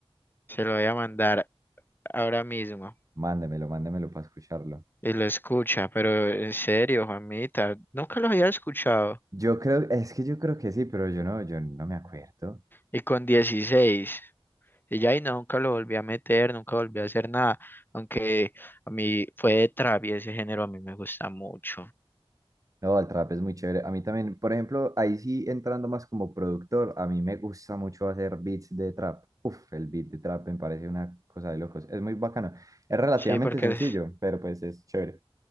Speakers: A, on the left (about 20°); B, on the right (about 35°).
A: se lo voy a mandar ahora mismo.
B: Mándemelo, mándemelo para escucharlo.
A: Y lo escucha, pero en serio, Juanita, nunca lo había escuchado.
B: Yo creo, es que yo creo que sí, pero yo no, yo no me acuerdo.
A: Y con 16 y ya ahí nunca lo volví a meter, nunca volví a hacer nada. Aunque a mí fue de trap y ese género a mí me gusta mucho.
B: No, el trap es muy chévere. A mí también, por ejemplo, ahí sí entrando más como productor, a mí me gusta mucho hacer beats de trap. Uf, el beat de trap me parece una cosa de locos. Es muy bacano. Es relativamente
A: Sí, porque
B: sencillo,
A: es-
B: pero pues es chévere.